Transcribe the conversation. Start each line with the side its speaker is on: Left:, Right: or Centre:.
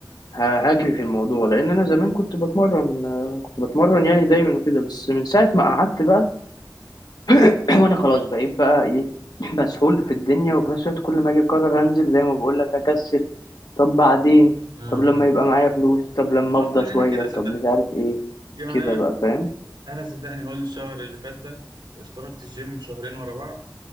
Left: ه- هجري في الموضوع لان انا زمان كنت بتمرن آه، كنت بتمرن يعني دايما وكده بس من ساعه ما قعدت بقى <clears throat> وانا خلاص بقيت بقى ايه <clears throat> مسحول في الدنيا وفي نفس الوقت كل ما اجي اقرر انزل زي ما بقول لك اكسل طب بعدين
Right: م-
Left: طب لما
Right: م.
Left: يبقى معايا فلوس طب لما
Right: ما
Left: افضى
Right: كلنا
Left: شويه
Right: كده صدقني
Left: طب مش عارف ايه
Right: يعني
Left: كده
Right: أنا
Left: بقى فاهم
Right: أنا صدقني هو الشهر اللي فات ده اشتركت الجيم شهرين ورا بعض